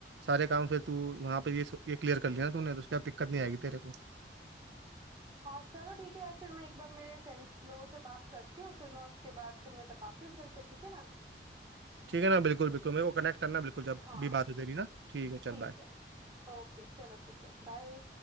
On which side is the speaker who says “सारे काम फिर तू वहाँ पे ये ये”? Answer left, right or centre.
Right